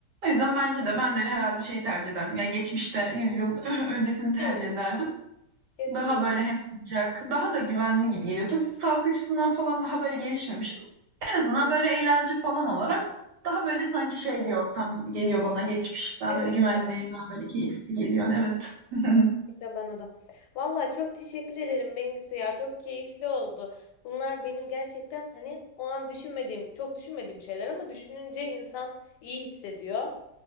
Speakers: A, on the right (about 80°); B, on the left (about 85°).
A: O yüzden bence de ben de herhalde şeyi tercih ederdim. Yani geçmişte 100 yıl <laughs> öncesini tercih
B: Evet
A: ederdim.
B: ya. Kesinlikle.
A: Daha böyle hem sıcak, daha da güvenli gibi geliyor. Tabii sağlık açısından falan daha böyle gelişmemiş en azından böyle eğlence falan olarak daha böyle sanki şey bir ortam gibi geliyor bana geçmiş. Daha
B: Evet
A: böyle güvenli,
B: ya.
A: daha böyle keyifli geliyor. Evet. <laughs>
B: Kesinlikle bana da. Vallahi çok teşekkür ederim Bengüsü ya. Çok keyifli oldu. Bunlar benim gerçekten hani o an düşünmediğim, çok düşünmediğim şeyler ama düşününce insan iyi hissediyor.